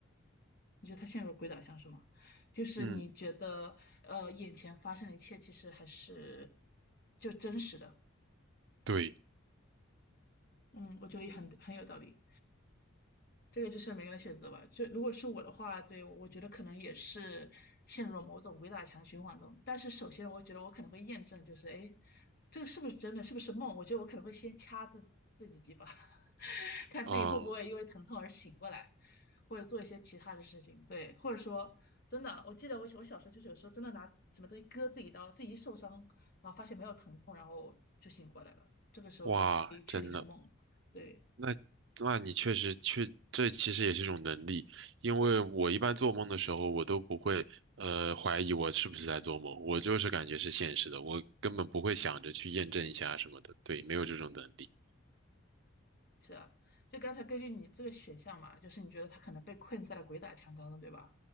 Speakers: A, on the left; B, on the right.
A: 你觉得他陷入了鬼打墙是吗？就是你觉得呃，
B: 嗯，
A: 眼前发生的一切其实还是就真实的。
B: 对，
A: 嗯，我觉得也很很有道理。这个就是每个人的选择吧。就如果是我的话，对，我觉得可能也是陷入了某种鬼打墙循环中。但是首先，我觉得我可能会验证，就是哎，诶这个是不是真的？是不是梦？我觉得我可能会先掐自自己几把，<laughs> 看自己会不会因为疼痛而醒过来。
B: 嗯，
A: 或者做一些其他的事情，对，或者说真的，我记得我我小时候就是有时候真的拿什么东西割自己刀，自己一受伤，然后发现没有疼痛，然后就醒过来了，这个时候就是可以确定是梦，
B: 哇，真的。
A: 对，
B: 那那你确实确，这其实也是一种能力，因为我一般做梦的时候，我都不会呃怀疑我是不是在做梦，我就是感觉是现实的，我根本不会想着去验证一下什么的，对，没有这种能力。
A: 是啊，就刚才根据你这个选项嘛，就是你觉得他可能被困在了鬼打墙当中，对吧？